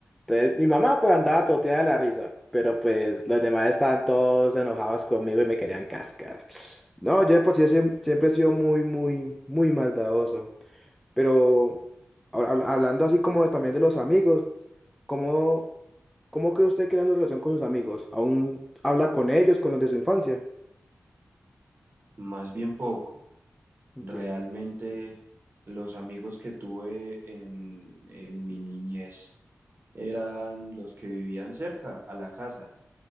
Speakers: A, in the centre; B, on the right.
A: Entonces, mi mamá pues andaba toteada de la risa, pero pues los demás estaban todos enojados conmigo y me querían cascar. No, yo de por sí siem- siempre he sido muy, muy, muy maldadoso. Pero ahora habla- hablando así como de- también de los amigos, ¿cómo, cómo cree usted que era su relación con sus amigos? ¿Aún habla con ellos, con los de su infancia?
B: Más bien poco.
A: Entiendo.
B: Realmente los amigos que tuve en, en mi niñez eran los que vivían cerca a la casa,